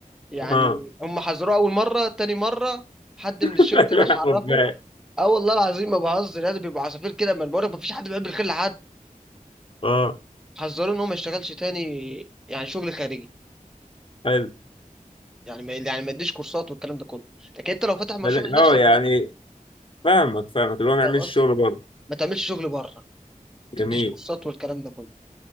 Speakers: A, in the centre; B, on the left.
A: يعني
B: اه
A: هم حذروه اول مره تاني مره حد
B: <laughs>
A: من الشركه راح
B: لا
A: عرفه
B: خد بالك.
A: اه والله العظيم ما بهزر يعني بيبقى عصافير كده ما بقولك ما فيش حد بيحب الخير لحد
B: اه
A: حذروه ان هو ما يشتغلش تاني يعني شغل خارجي
B: حلو
A: يعني ما يعني ما يديش كورسات والكلام ده كله لكن انت لو فاتح مشروع
B: بل-
A: لنفسك
B: اه يعني
A: ليه
B: فاهمك فاهمك اللي هو ما
A: فاهم
B: يعملش
A: قصدي
B: شغل بره
A: ما تعملش شغل بره ما تديش
B: جميل
A: كورسات والكلام ده كله